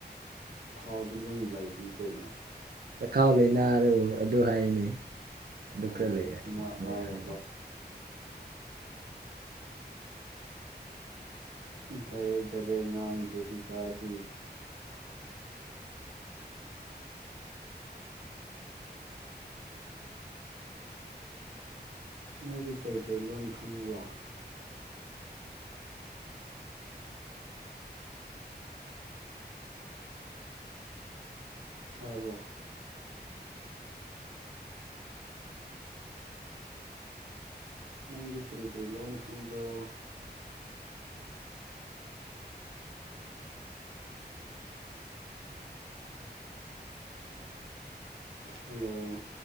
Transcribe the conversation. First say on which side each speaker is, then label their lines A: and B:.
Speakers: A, on the right; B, on the right.
A: ꯆꯈꯥꯎꯗꯤ ꯂꫭꯏ ꯂꯩꯕꯅꯤ ꯀꯩꯅꯏ
B: ꯆꯈꯥꯎ ꯂꯩꯅꯥꯔꯨ ꯑꯗꯨ ꯍꯥꯏꯔꯤꯅꯤ ꯑꯗꯨ
A: ꯑꯣ
B: ꯈꯔ ꯂꯩ
A: ꯑꯗꯨꯃ
B: ꯍꯥꯏꯅꯤ ꯃꯣꯏꯅ
A: ꯍꯥꯏꯌꯣꯕ
B: ꯍꯥꯏꯅꯤ
A: ꯗꯥꯏꯔꯦꯛ ꯗꯥꯏꯔꯦꯛ ꯉꯥꯡꯗ꯭ꯔꯗꯤ ꯀꯥꯏꯗꯩ ꯅꯣꯏꯗꯤ ꯀꯩꯀꯩ ꯂꯣꯟ ꯈꯪꯕ꯭ꯔꯣ ꯇꯥꯕ꯭ꯔꯣ ꯅꯪꯗꯤ ꯀꯔꯤ ꯀꯔꯤ ꯂꯣꯟ ꯈꯪꯕ꯭ꯔꯣ ꯍꯜꯂꯣ